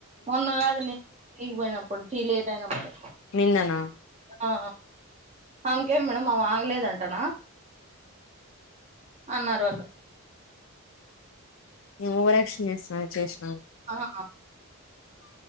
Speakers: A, on the right; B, on the left.
A: మొన్న కాదు న టీగి పోయినప్పుడు టీ లేట్ అయినప్పుడు
B: నిన్ననా
A: ఆ అంకేం మేడం అ ఆగలేదంటనా అన్నారు వాళ్ళు
B: నువ్వు ఓవరక్షన్ చేసున్నావ్ చేస్కో
A: ఆ